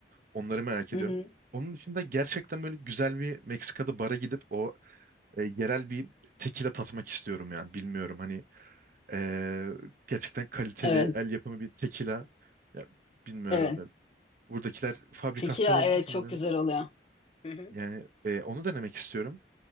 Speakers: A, on the right; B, on the left.
A: Onları merak
B: Hı
A: ediyorum.
B: hı.
A: Onun dışında gerçekten böyle güzel bir Meksika'da bara gidip o e, yerel bir tekila tatmak istiyorum ya. Bilmiyorum hani e, gerçekten kaliteli
B: Evet.
A: el yapımı bir tekila. Ya, bilmiyorum.
B: Evet.
A: E, Buradakiler fabrikasyon
B: Tekila
A: olduğu
B: evet
A: için
B: çok
A: birazcık.
B: güzel oluyor. Hı hı.
A: yani e, onu denemek istiyorum.